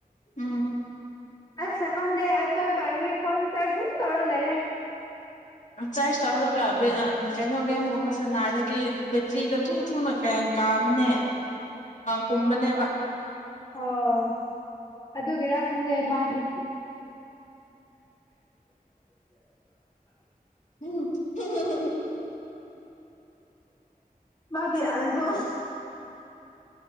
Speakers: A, on the left; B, on the left.
A: ꯎꯝ
B: ꯑꯁ ꯁ ꯁꯟꯗꯦ ꯑꯩ ꯐꯣꯟꯝ ꯄꯥꯏꯔ ꯐꯣꯟ ꯇꯔ ꯑꯗꯨꯝ ꯇꯧꯔ ꯂꯩꯔꯦ
A: ꯆꯥꯔꯖ ꯇꯧꯔꯒ ꯀꯩꯅꯣ ꯒꯦꯝꯒꯨꯝꯕ ꯁꯝꯅ ꯍꯥꯏꯔꯗꯤ ꯕꯦꯇ꯭ꯔꯤꯗ ꯊꯨ ꯊꯨꯅꯌꯥꯝ ꯀꯥꯕꯅꯦ ꯀꯨꯝꯕꯅꯦꯕ
B: ꯑꯣ ꯑꯗꯨꯒꯤꯔ ꯈꯪꯒꯦ ꯃꯥꯗꯤ
A: ꯎꯝ
B: ꯃꯥꯗꯤ ꯍꯥꯏꯈꯣ